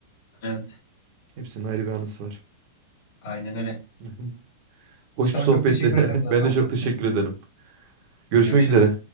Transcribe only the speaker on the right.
Hepsinin ayrı bir anısı var.
Hı hı. Hoş
bir sohbetti.
<laughs> Ben
de çok teşekkür
ederim. Görüşmek
üzere.